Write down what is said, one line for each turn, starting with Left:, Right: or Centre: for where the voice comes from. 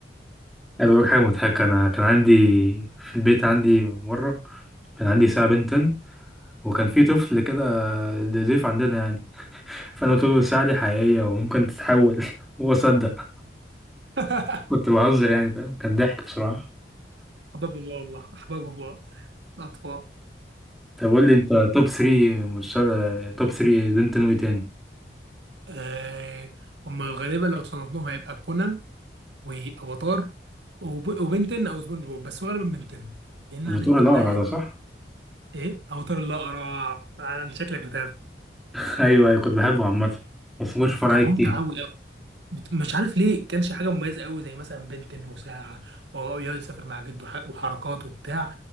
Centre: انا بقول حاجه مضحكه انا كان عندي في البيت عندي مره كان عندي ساعه بنتن وكان في طفل كده ضيف عندنا يعني فانا قلت له الساعه دي حقيقيه وممكن تتحول <laughs> هو صدق
Right: <laughs>
Centre: كنت بهزر يعني فاهم كان ضحك بصراحة
Right: احباب الله والله احباب الله الاطفال
Centre: طب قول لي انت توب 3 مسلسل توب 3 دينتون واي تاني
Right: آه هم غالبا لو صنفناهم هيبقى كونان وافاتار وب... وبنتين او سبونج بوب بس غالبا بنتين لان انا
Centre: الدكتور
Right: بنتين
Centre: الأقرع
Right: ده يعني
Centre: ده صح؟
Right: ايه اوتار الاقرع فعلا شكلك بتابع
Centre: <laughs> ايوه ايوه كنت بحبه عامة بس ما كنتش بتفرج
Right: كان
Centre: عليه
Right: ممتع
Centre: كتير
Right: قوي قوي مش عارف ليه كانش حاجه مميزه قوي زي مثلا بنتن وساعه وهو يقعد يسافر مع جده وح- وحركات وبتاع